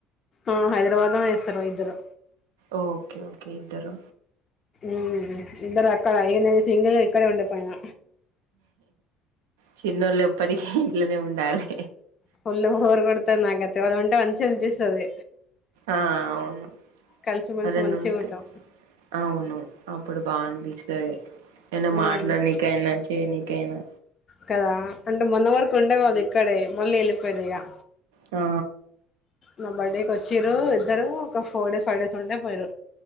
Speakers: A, on the left (about 40°); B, on the right (about 70°).
A: ఆ హైదరాబాద్లోనే చేస్తారు ఇద్దరు
B: ఓకే ఓకే ఇద్దరు
A: మ్ ఇద్దరు అక్కడ ఇక నేను సింగిల్గా ఇక్కడే ఉండిపోయినా
B: చిన్నోళ్ళ ఎప్పటికి ఇంట్లోనే ఉండాలి
A: ఫుల్లుగా బోరు కొడతాంది నాకైతే వాళ్ళ ఉంటే మంచి గా అనిపిస్తది
B: ఆ అవును
A: కలిసి మలిసి
B: ఎవరన్నా
A: మంచిగా
B: ఉంటే
A: ఉంటాం
B: అవును అప్పుడు బా అనిపిస్తంది ఏన్న
A: ఉమ్
B: మాట్లాడ నీకైనా చేయ నీకైనా
A: కదా అంటే మొన్న వరకు ఉండేవాళ్ళు ఇక్కడే మళ్ళీ వెళ్ళిపోయరు ఇక
B: ఆ
A: మా బర్త్డేకి వచ్చిరు ఇద్దరు ఒక ఫోర్ డేస్ ఫైవ్ డేస్ ఉండిరు పోయిరు